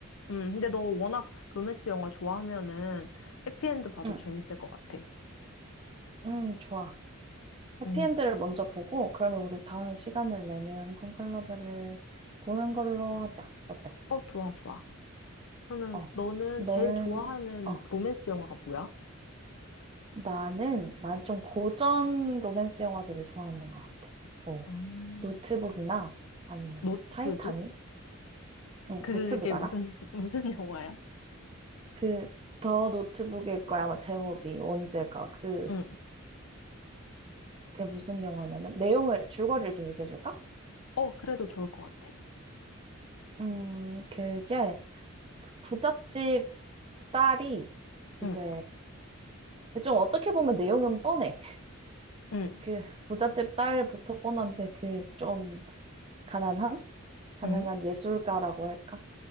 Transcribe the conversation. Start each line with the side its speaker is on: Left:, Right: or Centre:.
Left: 음, 근데 너 워낙 로맨스 영화 좋아하면은 해피엔드 봐도
Right: 응,
Left: 재밌을 것 같아.
Right: 응, 좋아. 해피엔드를
Left: 음.
Right: 먼저 보고, 그러면 우리 다음에 시간을 내면 콘클라베를 보는 걸로 하자. 어때?
Left: 어, 좋아, 좋아. 그러면
Right: 어,
Left: 너는
Right: 너는,
Left: 제일 좋아하는
Right: 어.
Left: 로맨스 영화가 뭐야?
Right: 나는, 난 좀 고전 로맨스 영화들을 좋아하는 것 같아. 뭐,
Left: 음.
Right: 노트북이나 아니면
Left: 노트북?
Right: 타이타닉? 응,
Left: 그게
Right: 노트북 알아?
Left: 무슨, <laughs> 무슨 영화야?
Right: 그, 더 노트북일 거야. 아마 제목이 언제가. 그,
Left: 응.
Right: 그게 무슨 영화냐면, 내용을, 줄거리를 좀 얘기해줄까?
Left: 어, 그래도 좋을 것 같아.
Right: 음, 그게, 그 부잣집 딸이 이제,
Left: 응,
Right: 좀 어떻게 보면 내용은 뻔해.
Left: 응,
Right: 그 부잣집 딸부터 뻔한데, 그 좀 가난한? 가난한
Left: 응,
Right: 예술가라고 할까?